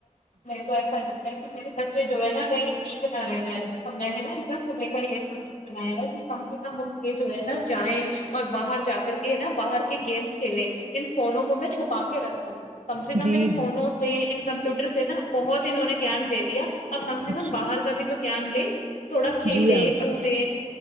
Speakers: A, on the left (about 80°); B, on the right (about 70°).
A: میرے کو ایسا لگتا ہے کہ میرے بچے جو ہے نا کہیں ویک نہ رہتا ہے تو میں نے نا ایک ب صبح کا یہی بنایا ہے کہ کم سے کم یہ جو ہے نا جائیں اور باہر جا کر کے ہے نا باہر کے گیمس کھیلیں ان فونوں کو میں چھپا کے رکھ دوں کم سے
B: جی
A: کم ان فونوں سے ان کمپیوٹر سے نا بہت انہوں نے جان لیا اب کم سے کم
B: جی
A: باہر کا بھی تو جان لے تھوڑا کھیل
B: جی آپ
A: کودے